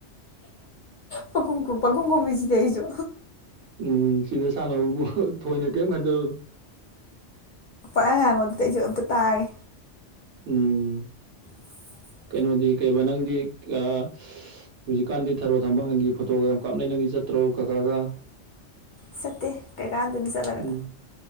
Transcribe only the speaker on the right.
ꯎꯝ ꯁꯤꯗ ꯁꯥꯟꯅꯕꯕꯨ ꯊꯣꯏꯅ ꯀꯔꯤꯝ ꯈꯟꯖꯜꯂꯨ
ꯎꯝ
ꯀꯩꯅꯣꯗꯤ ꯀꯩꯕ ꯅꯪꯗꯤ ꯑ ꯍꯧꯖꯤꯛꯀꯥꯟꯗꯤ ꯊꯔꯣ ꯊꯝꯕꯥꯟꯒꯤ ꯐꯣꯇꯣꯒ ꯌꯥꯝ ꯀꯥꯞꯅꯩ ꯅꯪꯗꯤ ꯆꯠ ꯇ꯭ꯔꯣ ꯀꯀꯥꯒ
ꯎꯝ